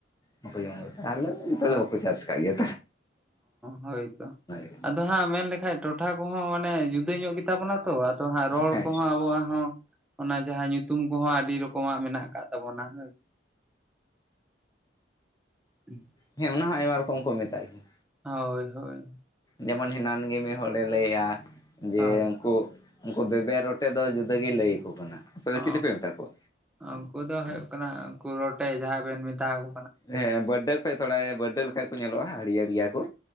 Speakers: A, on the left (about 20°); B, in the centre.
A: <unintelligible> ᱟᱨᱞᱮ ᱞᱟᱹᱭ ᱢᱮ ᱱᱚᱛᱮ
B: ᱦᱳᱭ
A: ᱫᱚ ᱵᱟᱠᱩ ᱪᱟᱥ ᱟᱠᱟᱫ ᱜᱮᱭᱟ
B: ᱦᱳᱭᱛᱚ
A: <unintelligible>
B: ᱟᱫᱚ ᱦᱟᱸᱜ ᱢᱮᱱᱞᱮᱠᱷᱟᱡ ᱴᱚᱴᱷᱟ ᱠᱚᱦᱚᱸ ᱢᱟᱱᱮ ᱡᱩᱫᱟᱹ ᱧᱚᱜ ᱜᱮᱛᱟ ᱵᱚᱱᱟ ᱛᱚ ᱟᱫᱚ ᱦᱟᱸᱜ ᱨᱚᱲ
A: ᱦᱮᱸ
B: ᱠᱚᱦᱚᱸ ᱟᱵᱚᱣᱟᱜ ᱦᱚᱸ ᱚᱱᱟ ᱡᱟᱦᱟᱸ ᱧᱩᱛᱩᱢ ᱠᱚᱦᱚᱸ ᱟᱹᱰᱤ ᱨᱚᱠᱚᱢᱟᱜ ᱢᱮᱱᱟᱜ ᱟᱠᱟᱫ ᱛᱟᱵᱚᱱᱟ ᱦᱟᱸᱜ᱾ <unintelligible>
A: ᱦᱮᱸ ᱚᱱᱟ ᱦᱚᱸ ᱟᱭᱢᱟ ᱨᱚᱠᱚᱢ ᱠᱚ ᱢᱮᱛᱟᱜ ᱜᱮᱭᱟ᱾
B: ᱦᱳᱭ ᱦᱳᱭ
A: ᱡᱮᱢᱚᱱ ᱦᱮᱱᱟᱱ ᱜᱮ ᱢᱤᱫ ᱦᱚᱲᱮ ᱞᱟᱹᱭᱼᱟ ᱡᱮ
B: ᱦᱚᱸ
A: ᱩᱱᱠᱩ ᱩᱱᱠᱩ ᱵᱮᱵᱮᱨ ᱨᱚᱴᱮ ᱫᱚ ᱡᱩᱫᱟᱹ ᱜᱮ ᱞᱟᱹᱭ ᱟᱠᱚ ᱠᱟᱱᱟ᱾ ᱟᱯᱮ ᱫᱚ
B: ᱚ
A: ᱪᱤᱞᱤ ᱯᱮ ᱢᱮᱛᱟ ᱠᱚᱣᱟ?
B: ᱩᱱᱠᱩ ᱫᱚ ᱦᱩᱭᱩᱜ ᱠᱟᱱᱟ ᱩᱱᱠᱩ ᱨᱚᱴᱮ ᱡᱟᱦᱟᱸᱭ ᱵᱮᱱ ᱢᱮᱛᱟ ᱟᱠᱚ
A: ᱦᱮᱸ ᱵᱟᱹᱨᱰᱟᱹ ᱠᱷᱚᱡ ᱛᱷᱚᱲᱟ ᱵᱟᱹᱨᱰᱟᱹ ᱞᱮᱠᱟ ᱠᱚ ᱧᱮᱞᱚᱜᱼᱟ ᱦᱟᱹᱨᱭᱟᱹᱲ ᱜᱮᱭᱟ ᱠᱚ᱾